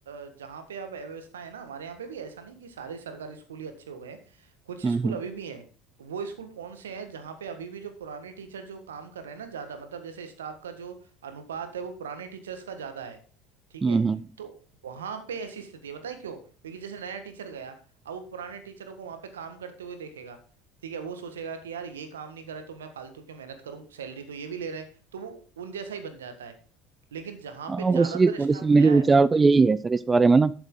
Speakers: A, on the right (about 85°); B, on the right (about 25°).
A: अ, जहाँ पे अब अव्यवस्था है ना हमारे यहाँ पे भी ऐसा नहीं कि सारे सरकारी स्कूल ही अच्छे हो गए हैं। कुछ
B: हम्म
A: स्कूल
B: हम्म
A: अभी भी हैं वो स्कूल कौन से हैं जहाँ पे अभी भी जो पुराने टीचर जो काम कर रहे हैं ना ज्यादा मतलब जैसे स्टाफ का जो अनुपात है वो पुराने टीचर्स का ज्यादा है ठीक
B: हम्म
A: है
B: हम्म।
A: तो वहां पे ऐसी स्थिति है बताए क्यों क्योंकि जैसे नया टीचर गया अब वो पुराने टीचरों को वहां पे काम करते हुए देखेगा ठीक है वो सोचेगा कि यार ये काम नहीं करे तो मैं फालतू क्यों मेहनत करूं सैलरी तो ये भी ले रहे हैं तो वो उन जैसा ही बन जाता है लेकिन जहां
B: हाँ
A: पे ज्यादातर
B: बस ये थोड़ी
A: स्टाफ
B: सी मेरे
A: नया
B: विचार
A: है ना
B: तो यही है सर इस बारे में ना